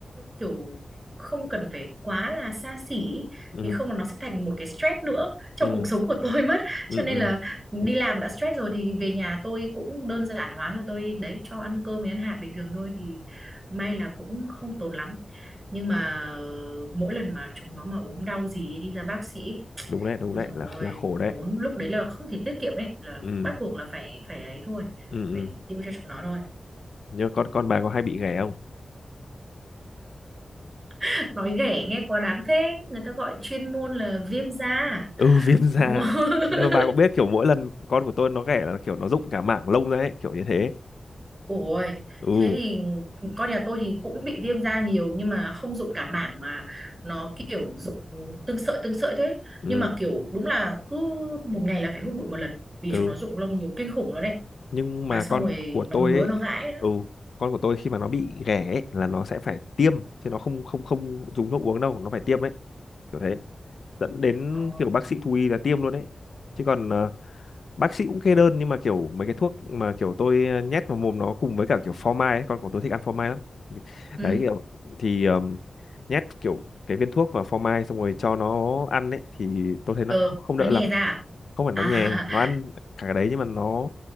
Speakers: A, on the right; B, on the left.
A: kiểu không cần phải quá là xa xỉ ý.
B: ừ
A: vì không là nó sẽ thành một cái stress nữa trong
B: ừ
A: cuộc sống của <laughs> tôi mất
B: ừ
A: cho nên
B: ừ
A: là đi làm đã stress rồi thì về nhà tôi cũng đơn giản hóa thôi tôi đấy cho ăn cơm với ăn hạt bình thường thôi thì may là cũng không tốn lắm nhưng mà ờ, mỗi lần mà chúng nó mà ốm đau gì ấy, đi ra bác sĩ
B: đúng đấy đúng
A: Ôi
B: đấy
A: dồi
B: là
A: ôi,
B: là khổ đấy
A: tốn lúc đấy là không thể tiết kiệm đấy là
B: ừ
A: bắt buộc là phải phải ấy thôi
B: ừ ừ
A: phải tiêu cho chúng nó thôi
B: nhưng con con bà có hay bị ghẻ không
A: <laughs> nói ghẻ nghe quá đáng thế người ta gọi chuyên môn là viêm da
B: ừ viêm da
A: đúng không? <laughs>
B: nhưng mà bà cũng biết kiểu mỗi lần con của tôi nó ghẻ là kiểu nó rụng cả mảng lông ra ấy kiểu như thế
A: Ôi,
B: ừ
A: thế thì con nhà tôi thì cũng bị viêm da nhiều nhưng mà không dụng cả mảng mà nó kiểu dụng từng sợi từng sợi thế
B: ừ
A: Nhưng mà kiểu đúng là cứ một ngày là phải hút bụi một lần vì
B: ừ
A: chúng nó dụng lông nhiều kinh khủng luôn đấy.
B: nhưng
A: Mà
B: mà
A: xong
B: con
A: rồi
B: của
A: nó
B: tôi
A: ngứa
B: ấy
A: nó gãi nữa.
B: ừ con của tôi khi mà nó bị ghẻ ấy, là nó sẽ phải tiêm chứ nó không không không dùng thuốc uống đâu nó phải tiêm ấy kiểu thế dẫn đến
A: Ồ.
B: kiểu bác sĩ thú y là tiêm luôn đấy chứ còn ờ, bác sĩ cũng kê đơn nhưng mà kiểu mấy cái thuốc mà kiểu tôi ờ, nhét vào mồm nó cùng với cả kiểu phô mai ấy, con của tôi thích ăn phô mai lắm thì,
A: Ừ.
B: đấy kiểu thì ờm, nhét kiểu cái viên thuốc vào phô mai xong rồi cho nó ăn ấy thì tôi thấy nó
A: ừ
B: không, không
A: nó
B: đỡ
A: nhè
B: lắm
A: ra
B: không phải
A: à,
B: nó nhè
A: à
B: nó ăn cả cái đấy nhưng mà nó